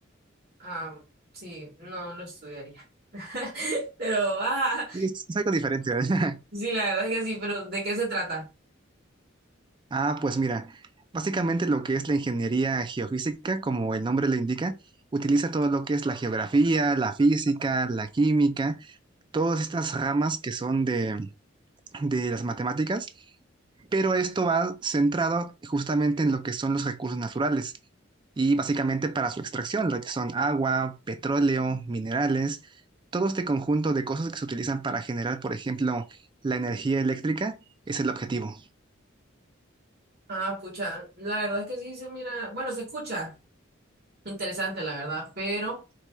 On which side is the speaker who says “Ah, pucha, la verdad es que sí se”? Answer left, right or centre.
Right